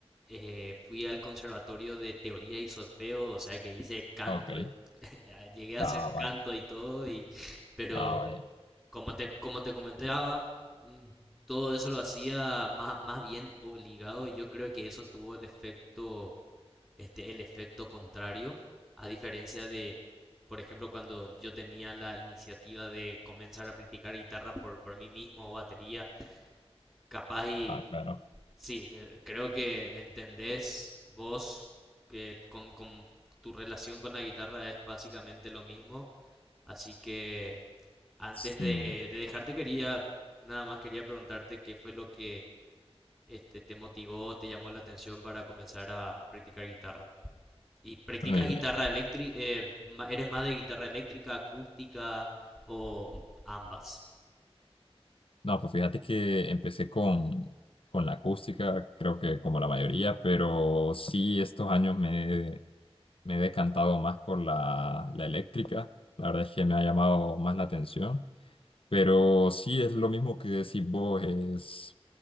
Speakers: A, in the centre; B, on the left (about 60°).
A: eh, fui al conservatorio de teoría y solfeo, o sea que hice canto
B: Ok.
A: y <laughs> llegué a
B: Ah,
A: hacer
B: vaya.
A: canto y todo, y, pero
B: Ah, vaya.
A: como te, como te comentaba, mm, todo eso lo hacía más, más bien obligado y yo creo que eso tuvo el efecto, este, el efecto contrario, a diferencia de, por ejemplo, cuando yo tenía la iniciativa de comenzar a practicar guitarra por, por mí mismo o batería capaz y
B: Ah, claro.
A: Sí, eh, creo que entendés vos que con, con tu relación con la guitarra es básicamente lo mismo, así que antes
B: Sí.
A: de, de dejarte quería, nada más quería preguntarte qué fue lo que este, te motivó, te llamó la atención para comenzar a practicar guitarra. ¿Y practicas
B: Bueno,
A: guitarra eléctrica, eres más de guitarra eléctrica, acústica o ambas?
B: No, pues fíjate que empecé con, con la acústica, creo que como la mayoría, pero sí estos años me, me he decantado más por la, la eléctrica. La verdad es que me ha llamado más la atención. Pero sí es lo mismo que decís vos, es